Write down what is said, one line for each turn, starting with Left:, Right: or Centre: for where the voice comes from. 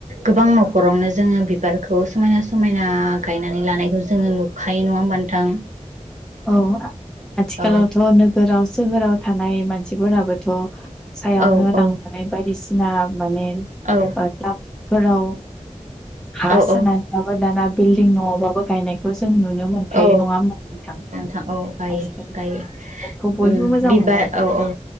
Right: गोबां नखरावनो जोङो बिबारखौ समायना समायना गायनानै लानायखौ जोङो नुखायो नङा होमबा नोंथां?
Centre: औ आं आथिखालावथ'
Right: औ
Centre: नोगोराव सोहोराव थानाय मानसिफोराबोथ' सायावनो
Right: औ
Centre: लांफानाय
Right: औ
Centre: बायदिसिना माने
Right: औ
Centre: ओ टाबफोराव हा
Right: औ
Centre: सोनानैबाबो
Right: औ
Centre: दाना बिल्डिं न'आव बाबो गायनायखौ जों नुनो मोनखायो
Right: औ
Centre: नङा होमबा नोंथां?
Right: औ गायो
Centre: आजिखालि
Right: गायो
Centre: बेफोरखौ बयबो
Right: उम
Centre: मोजां
Right: बिबार
Centre: मोनो
Right: औ औ